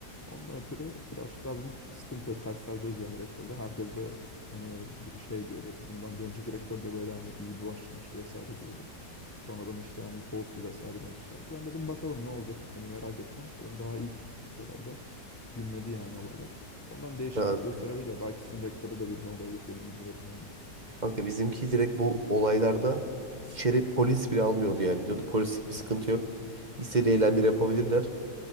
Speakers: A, on the left (about 20°); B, on the right (about 30°).
A: Ondan ötürü birazcık daha bizim sıkıntı terslerdeyiz yani rektörle. Herkes de hani şey diyordu. Bundan bir önceki rektör de böyle hani iyi bir başlamıştı vesaire diyordu. Sonradan işte hani bozdu vesaire demişlerdi. Ben dedim bakalım ne olacak? Hani merak ettim. Zaten daha ilk olayda gümledi yani olaylar. Ondan değişiklik
B: Ya,
A: gösterebiliyor. Belki sizin rektörü de birden olabilir. Benim bilmiyorum yani.
B: kanka bizimki direkt bu olaylarda içeri polis bile almıyordu yani. Diyordu polislik bir sıkıntı yok. İstediği eylemleri yapabilirler.